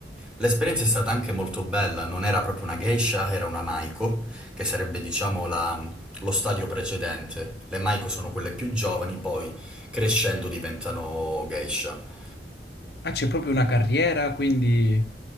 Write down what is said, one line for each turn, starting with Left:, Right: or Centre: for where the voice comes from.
Centre: L'esperienza è stata anche molto bella, non era proprio una geisha, era una maiko, che sarebbe diciamo la- lo stadio precedente. Le maiko sono quelle più giovani, poi crescendo diventano geisha.
Left: Ah, c'è proprio una carriera, quindi